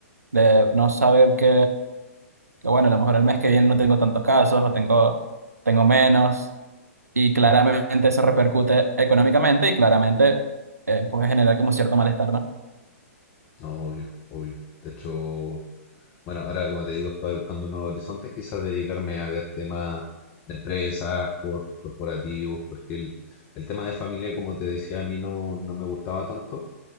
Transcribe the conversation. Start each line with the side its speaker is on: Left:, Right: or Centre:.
Right: De no saber que, que, bueno, a lo mejor el mes que viene no tengo tantos casos o tengo, tengo menos y claramente eso repercute económicamente y claramente eh, puede generar como cierto malestar, ¿no?
Left: No, obvio, obvio. De hecho, bueno, ahora como te digo, estoy buscando nuevos horizontes, quizás dedicarme a ver temas de empresas, cor- corporativos, porque el, el tema de familia, como te decía, a mí no, no me gustaba tanto